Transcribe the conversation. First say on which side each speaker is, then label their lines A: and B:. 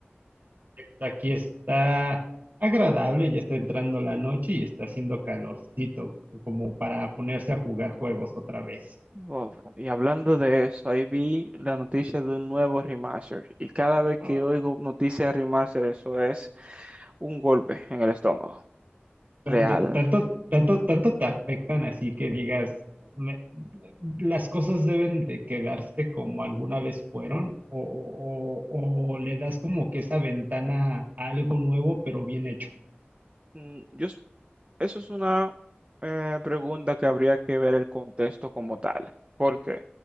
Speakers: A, on the right (about 45°); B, on the right (about 30°).
A: Aquí está agradable, ya está entrando la noche y está haciendo calorcito, como para ponerse a jugar juegos otra vez.
B: Oh, y hablando de eso, ahí vi la noticia de un nuevo remaster. Y cada vez que
A: Ah,
B: oigo noticias de remaster, eso es un golpe en el estómago.
A: tan-
B: Real.
A: de- Tanto, tanto, tanto te afectan así que digas, "Me- las cosas deben de quedarse como alguna vez fueron, o, o- o le das como que esa ventana a algo nuevo, pero bien hecho.
B: Mm, Yo, s- Eso es una eh, pregunta que habría que ver el contexto como tal. Porque